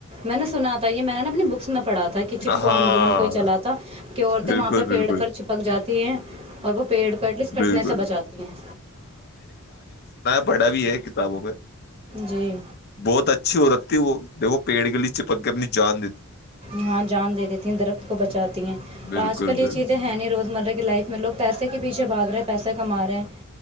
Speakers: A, on the right; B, on the left.
A: میں نے سنا تھا یہ میں نےا اپنی بکس میں پڑھا تھا کہ چپکو
B: ہاں
A: آدولن کو ہی چلاتا کہ عورتیں
B: بالکل
A: وہاں پہ
B: بالکل
A: پیڑ پر چپک جاتی ہیں اور وہ پیڑ پہ ایٹ لیسٹ کٹنے
B: بالکل
A: سے بچاتی ہیں
B: پڑا بھی ہے کتابوں میں
A: جی
B: بہت اچھی ہوورک ت وہ د وہ پیڑ کے لیے چپک کے اپنی جان دیتی
A: ہاں جان دے دیتی ہیں درخت کو بچاتی ہیں
B: بالکل
A: آج کل یہ
B: بالکل
A: چیزیں ہیں نہیں روزمرہ کی لائف میں لوگ پیسے کے پیچھے بھاگ رہے ہیں پیسے کما رہے ہیں